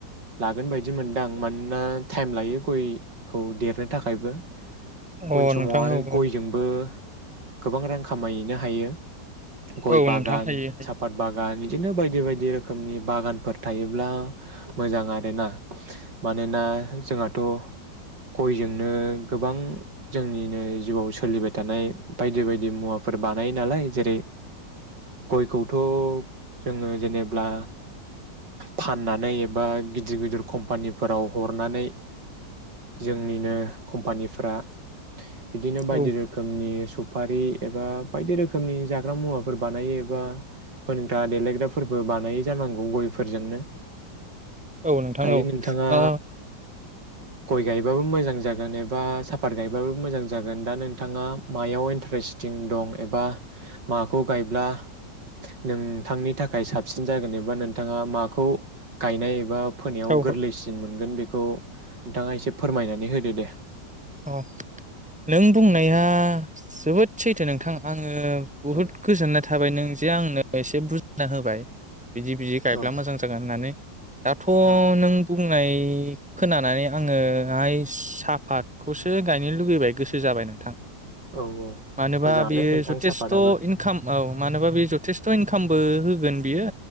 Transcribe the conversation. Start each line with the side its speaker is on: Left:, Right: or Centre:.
Right: लागोन बायदि बिदि मोनदांं मानोना टाइम लायो गयखौ देरनो थाखायबो। उन
Centre: अ
Right: समाव
Centre: नोंथां
Right: आरो
Centre: औ
Right: गयजोंबो गोबां रां खामायहैनो हायो। गय
Centre: औ औ
Right: बागान,
Centre: नोंथां हायो
Right: सफात बागान। बिदिनो बायदि बायदि रोखोमनि बागानफोर थायोब्ला मोजां आरोना मानोना जोंहाथ' गयजोंनो गोबां जोंनिनो जिउआव सोलिबाय थानाय बायदि बायदि मुवाफोर बानायो नालाय जेरै गयखौथ' जोङो जेनेब्ला फाननानै एबा गिदिर गिदिर कम्पानिफोराव हरनानै जोंनिनो कम्पानिफ्रा बिदिनो
Centre: हायो
Right: बायदि रोखोमनि <unintelligible> सफारि एबा बायदि रोखोमनि जाग्रा मुवाफोर बानायो एबा फोनग्रा देलायग्राफोरबो बानायो। जांगौ गयफोरजोंनो
Centre: औ नोंथां
Right: दायो
Centre: औ
Right: नोंथाङा
Centre: अ
Right: गय गायबाबो मोजां जागोन। जैनेबा साफात गायबाबो मोजां जागोन दा नोंथाङा मायाव इन्टारेस्टिं दं एबा माखौ गायब्ला नोंथांनि थाखाय साबसिन जागोन एबा नोंथाङा माखौ गायनाय एबा फोनायाव
Centre: औ
Right: गोरलैसिन मोनगोन बेखौ <unintelligible> नोंथाङा एसे फोरमायनानै होदो दे। <unintelligible>
Centre: अ नों बुंनाया जोबोद सैथो नोंथां आं ओ बहुत
Right: औ
Centre: गोजोननाय <unintelligible> थाबाय नों जे आंनो एसे बुजिना होबाय। बिदि बिदि गायब्ला
Right: औ
Centre: मोजां जागोन होननानै दाथ'
Right: औ
Centre: नों <unintelligible> <unintelligible> खोनानानै आङोहाय साहाफात <unintelligible> गायनो लुगैबाय गोसो जाबाय नोंथां।
Right: औ औ
Centre: मानोबा
Right: मोजाङानो
Centre: बेयो
Right: नोंथां
Centre: जथेस्थ'
Right: सापादाबो
Centre: इनकाम औ मानोबा बेयो जथेस्थ' इनकामबो <unintelligible> गोन बियो